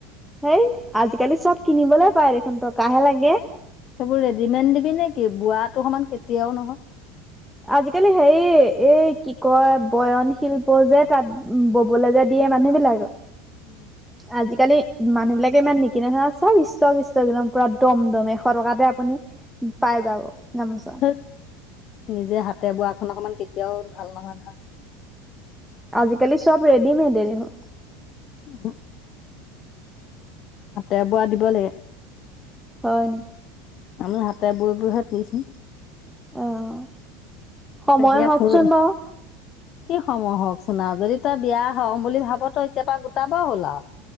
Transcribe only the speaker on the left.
সেইবোৰ ৰেডিমেড দিবি নে কি, বোৱা তো সমান কেতিয়াও নহয়।
উম।
থুত নিজে হাতে বোৱা খন অকমান কেতিয়াও ভাল নহয় নহয়।
<unintelligible> হাতে বোৱা দিব লাগে।
আমি হাতে বৈ বৈ তিছো
পেহীয়ে
থই গল।
কি সময় হওক চুন যদি তই বিয়া হম বুলি ভাব তই এতিয় পা গোটাব হ'ল আও।